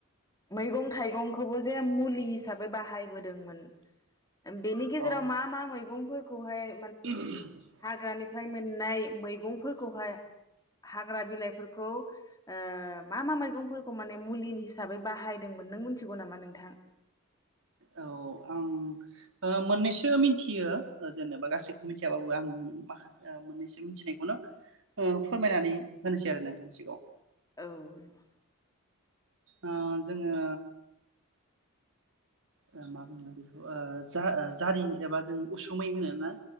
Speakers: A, on the left (about 15°); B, on the right (about 65°).
A: मैगं थाइगंखौबो जे मुलि हिसाबै बाहायबोदोंमोन। बेनि गेजेराव
B: औ
A: मा मा मैगं फोरखौहाय
B: <inaudible>
A: हाग्रानिफ्राय मोननाय नाय मैंगंफोरखौहाय हाग्रा बिलाइफोरखौ ओ मा मा मैगंफोरखौ माने मुलि हिसाबै बाहायदोंमोन नों मिन्थिगौ नामा नोंथां?
B: औ आं ओ मोननैसो मिथियो। ओ जेनेबा गासैखौबो मिथियाबाबो आं माखासे आ मोननैसो मिथिनायखौनो ओ फोरमायनानै होनोसै आरो नोंथांनि सिगांआव
A: औ
B: ओ जोङो ओ मा बुङो बेखौ ओ जा जारि एबा जों उसुमै होनो ना?